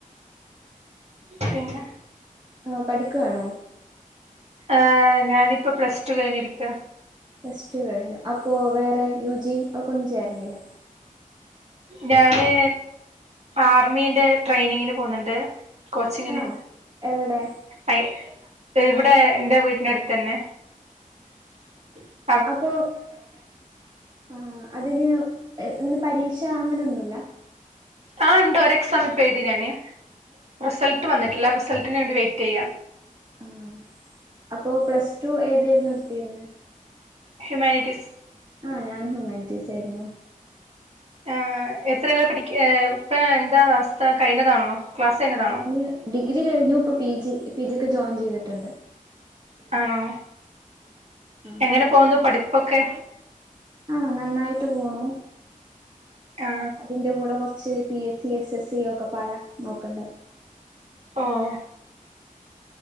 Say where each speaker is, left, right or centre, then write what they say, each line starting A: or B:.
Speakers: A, on the right; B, on the right.
A: പിന്നെ
B: ആഹ് പഠിക്കുവാണോ
A: ഏ് ഞാനിപ്പോ പ്ലസ് ടു കഴിഞ്ഞിരിക്കാ
B: പ്ലസ് ടു കഴിഞ്ഞു അപ്പാേ വേറെ യു യുജി അഒക്കെ കൊൻജായിര്ന്നില്ലേ
A: ഞാന് ആർമീന്റെ ട്രെയിനിങ്ങിന് പോവുന്നുണ്ട് കോച്ചിങ്ങിന്
B: ആഹ് എവിടെ
A: അയ് എവ്ടെ എന്റെ വീട്ന്റെ അടുത്തന്നെ <inaudible>
B: അപ്പോ ആഹ് അതിന് അങ്ങനെ പരീക്ഷ അങ്ങനൊന്നുല്ല
A: ആഹ് ഉണ്ട് ഒര്എക്സാമ് ഇപ്പോ എഴുതി ഞാന് റിസൾട്ട് വന്നിട്ടില്ല റിസൾട്ടിന് വേണ്ടി വെയിറ്റെയ്യാ
B: ആഹ് അപ്പോ പ്ലസ് ടു ഏതെയ്രുന്നു ഇട്ത്തിയ്ര്ന്നെ
A: ഹ്യൂമാനിറ്റീസ്
B: ആഹ് ഞാനൻ ഹുമാൻറ്റീസ് ആയ്രുന്നു
A: ആഹ് എത്രെലാ പടിക്ക ഇപ്പെ എന്താ അവസ്ഥ കഴിഞ്ഞതാണോ ക്ലാസ് കഴിഞ്ഞതാണോ
B: ഞാന് ഡിഗ്രി കഴിഞ്ഞു ഇപ്പൊ പി ജി പി ജിക്ക് ജോയിൻ ചെയ്തിട്ടുണ്ട്
A: ആണോ
B: ആഹ്
A: എങ്ങനെ പോവുന്നു പഠിപ്പൊക്കെ
B: ആഹ് നന്നായിട്ട് പോണൂ
A: ആ
B: അതിന്റെ കൂടെ കാെർച്ച് P S C S S C ഒക്കെപ്പാടാ നോക്ക്ണ്ട്
A: ആഹ്